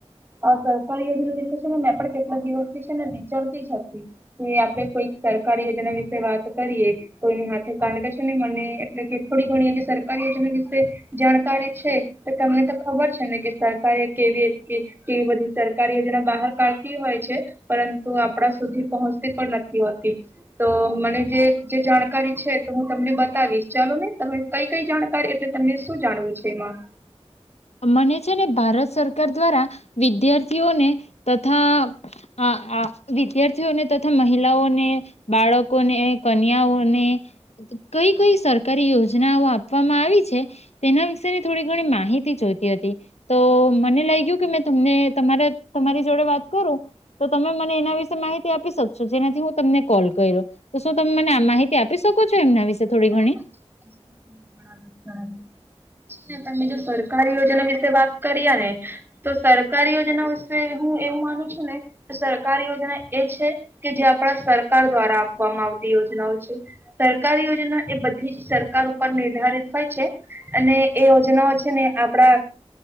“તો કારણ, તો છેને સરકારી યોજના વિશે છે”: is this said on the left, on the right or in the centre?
Right